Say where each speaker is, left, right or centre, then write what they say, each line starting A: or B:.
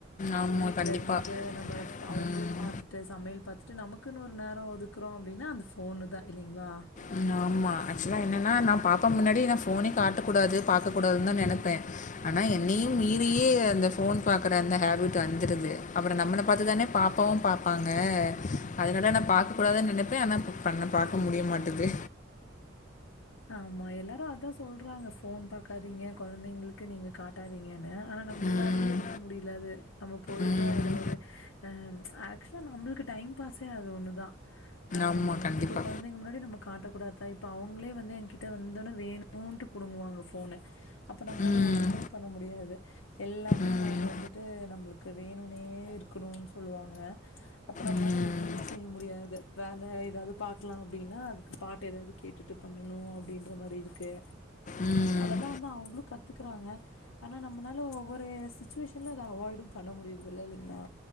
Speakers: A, on the left; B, on the left.
A: ஆமா.
B: வீட்ல
A: கண்டிப்பா.
B: இருந்துட்டு நம்ப அவுங்களையு
A: ம்.
B: பாத்துட்டு சமையல் பாத்துட்டு நமக்குனு ஒரு நேரோ ஒதுக்குறோ அப்டின்னா அந்த ஃபோனு தா இல்லைங்ளா
A: ம்மாமா ஆக்சுவலா என்னன்னா நா பாப்பா முன்னாடி நா ஃபோனே காட்டக்கூடாது பாக்கக்கூடாதுன் தா நெனப்பே ஆனா என்னியு மீறியே அந்த ஃபோன் பாக்குற அந்த ஹேபிட் வந்துருது அப்பறோ நம்மள பாத்துதானே பாப்பாவு பாப்பாங்க அதனால நா பாக்கக்கூடாதுன் நெனப்பே ஆனா பண்ண பாக்க முடிய மாட்டது
B: ஆமா எல்லாரு அதா சொல்றாங்க ஃபோன் பாக்காதீங்க கொழந்தைங்ளுக்கு நீங்க கா ட்டாதீங்கன்னு ஆனா நம்ளாலயே
A: ம்.
B: இருக்க முடில்ல அது நம்ம போய்ட்டு
A: ம்.
B: அது ஒரு ஆ ஆக்சுவலா நம்ளுக்கு டைம் பாஸே அது ஒன்னு தா ஆ
A: ஆமா. கண்டிப்பா.
B: இப்ப கொழந்தைங்க முன்னாடி நம்ம காட்ட கூடாத்தா இப்ப அவுங்ளே வந்து என்கிட்ட வந்தோன வேணுன்ட்டு புடுங்குவாங்க ஃபோனு அப்ப நம்மளால
A: ம்.
B: ஒண்ணுமே பண்ண முடியாது எல்லாமே
A: ம்.
B: அவுங்க வந்துட்டு நம்ளுக்கு வேணுனே இருக்கணுன் சொல்லுவாங்க அப்ப நம்ளால
A: ம்.
B: ஒண்ணுமே செய்ய முடியாது வேல எதாவ்து பாக்லான் அப்டின்னா அதுக்கு பாட்டு எதாவ்து கேட்டுட்டு பண்ணணு அப்டின்ற மாரி இருக்கு
A: ம்.
B: ஆ‌அதெல்லா வந்து அவுங்ளு கத்துக்குறாங்க ஆனா நம்னால ஒவ்வொரு சுச்சுவேஷன்ல அத அவாய்டும் பண்ண முடிர்தில்ல இல்லைங்ளா